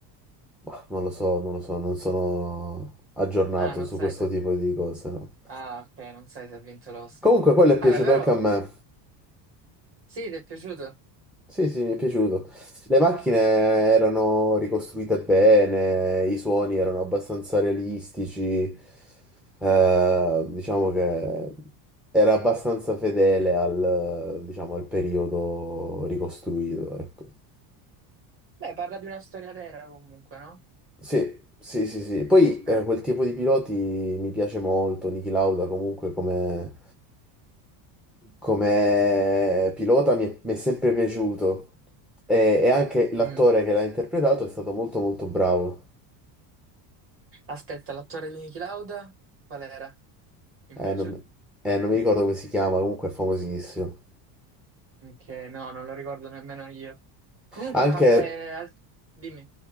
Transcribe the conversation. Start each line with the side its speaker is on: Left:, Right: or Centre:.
Centre: Bah, non lo so, non lo so, non sono aggiornato
Right: Ah, non
Centre: su
Right: sai
Centre: questo
Right: se...
Centre: tipo di cose, no.
Right: Ah, ok, non sai se ha vinto l'Oscar.
Centre: Comunque, quello è piaciuto
Right: Vabbè, però,
Centre: anche a me.
Right: sì, ti è piaciuto?
Centre: Sì, sì, mi è piaciuto. Le macchine erano ricostruite bene, i suoni erano abbastanza realistici, eh, diciamo che era abbastanza fedele al, diciamo, al periodo ricostruito, ecco.
Right: Beh, parla di una storia vera comunque, no?
Centre: Sì, sì, sì, sì. Poi eh,
Right: Eh.
Centre: quel tipo di piloti mi piace molto, Niki Lauda comunque come come pilota mi è, mi è sempre piaciuto e, e anche l'attore
Right: mm.
Centre: che l'ha interpretato è stato molto molto bravo.
Right: Aspetta, l'attore di Niki Lauda? Qual era, invece?
Centre: Eh, non, mi eh, non mi ricordo come si chiama, comunque è famosissimo.
Right: Che no, non lo ricordo nemmeno io. Comunque,
Centre: Anche,
Right: a parte... al- Dimmi.